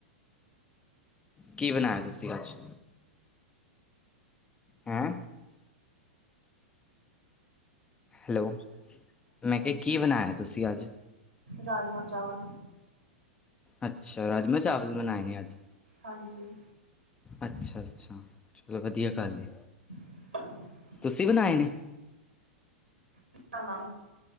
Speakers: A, on the left (about 15°); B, on the right (about 75°).
A: ਕੀ ਬਣਾਇਆ ਤੁਸੀ ਅੱਜ? ਹੂੰ ਹੈਲੋ, ਮੈਂ ਕਿਹਾ ਕੀ ਬਣਾਇਆ ਤੁਸੀਂ ਅੱਜ?
B: ਰਾਜਮਾ-ਚਾਵਲ।
A: ਅੱਛਾ, ਰਾਜਮਾ-ਚਾਵਲ ਬਣਾਏ ਨੇ ਅੱਜ?
B: ਹਾਂਜੀ।
A: ਅੱਛਾ-ਅੱਛਾ, ਚਲੋ ਵਧੀਆ ਗੱਲ ਏ।
B: <inaudible>
A: ਤੁਸੀਂ ਬਣਾਏ ਨੇ?
B: <unintelligible> ਣਾ।